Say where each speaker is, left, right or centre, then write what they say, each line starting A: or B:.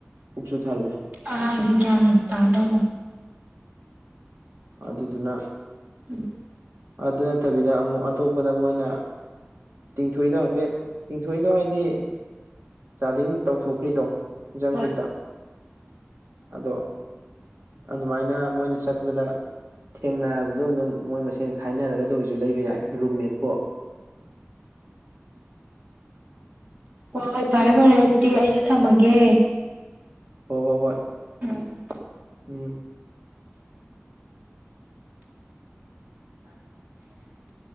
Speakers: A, on the right; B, on the right.
A: ꯄꯨꯛꯁꯨ ꯊꯜꯂꯦ
B: ꯑ ꯆ ꯇꯗ
A: ꯑꯗꯨꯗꯨꯅ
B: ꯎꯝ
A: ꯑꯗꯨ ꯅꯠꯇꯕꯤꯗ ꯑꯃꯨꯛ ꯑꯇꯣꯞꯄꯗ ꯃꯣꯏꯅ ꯇꯤꯡꯊꯣꯛꯏꯗꯣ ꯍꯥꯏꯐꯦꯠ ꯇꯤꯡꯊꯣꯛꯏꯗꯣ ꯍꯥꯏꯗꯤ ꯆꯥꯗꯤꯡ ꯇꯧꯊꯣꯛꯈ꯭ꯔꯤꯗꯣ ꯖꯪꯐꯨꯠꯇ
B: ꯍꯣꯏ
A: ꯑꯗꯣ ꯑꯗꯨꯃꯥꯏꯅ ꯃꯣꯏꯅ ꯆꯠꯄꯗ ꯊꯦꯡꯅꯔꯕꯗꯣ ꯑꯗꯨꯝ ꯃꯣꯏ ꯃꯁꯦꯟ ꯈꯥꯏꯅꯔꯒꯗ ꯑꯣꯏꯔꯁꯨ ꯂꯩꯕ ꯌꯥꯏ ꯔꯨꯝꯃꯦꯠꯄꯣ
B: ꯍꯣꯏ ꯍꯣꯏ ꯐꯔꯦ ꯐꯔꯦ ꯑꯗꯨꯗꯤ ꯑꯩꯁꯨ ꯊꯝꯃꯒꯦ
A: ꯍꯣꯏ ꯍꯣꯏ ꯍꯣꯏ
B: ꯎꯝ
A: ꯎꯝ <inaudible>